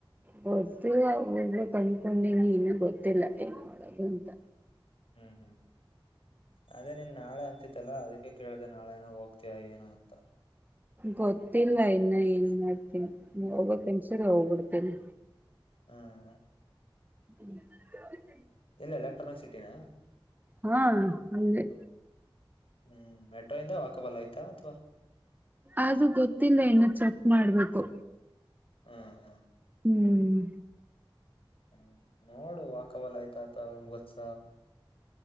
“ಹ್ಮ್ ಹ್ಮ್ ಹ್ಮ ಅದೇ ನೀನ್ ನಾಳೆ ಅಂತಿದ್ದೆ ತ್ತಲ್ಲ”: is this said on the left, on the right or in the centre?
Left